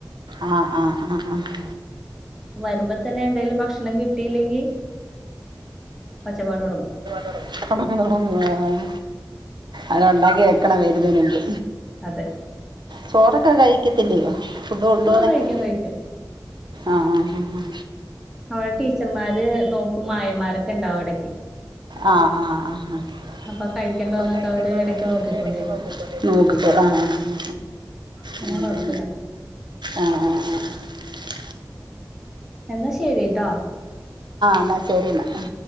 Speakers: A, on the right; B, in the centre.
A: ആഹ് ആഹ് ആഹ് ആഹ്
B: വരുമ്പൊ തന്നെ എന്തേലും ഭക്ഷണം കിട്ടീല്ലെങ്കി ഒച്ചപ്പാടൊടങ്ങും
A: തൊടങ്ങും തൊടങ്ങും അത് ഉണ്ടാക്കി വെക്കണം വരുന്നേനുമുമ്പ്
B: അതെ
A: ചോറൊക്കെ കഴിക്കത്തില്ലയൊ ഫുഡ് കൊണ്ടോന്നക്കെ
B: ആഹ് കഴിക്കും കഴിക്കും
A: ആഹ് ആഹ്
B: അവിടെ ടീച്ചർമാര് നോക്കും ആയമാരൊക്ക ഇണ്ടാവും അവിടക്കെ
A: ആഹ് ആഹ് ആഹ്
B: അപ്പൊ കഴിക്കണ്ടോന്നൊക്കെ
A: അപ്പ കഴിക്കണ്ടത്ക്കെ
B: അവര് എടക്ക്
A: അവര്
B: നോക്കിക്കൊണ്ടിരിക്കും
A: എടക്ക് നോക്കിത ആഹ് ആഹ്
B: പിന്നെ
A: അതേ
B: കൊഴപ്പല്ല
A: ആഹ് ആഹ് ആഹ് ആഹ്
B: എന്നാ ശരിട്ടോ
A: ഇന്ന ശരി ഇന്ന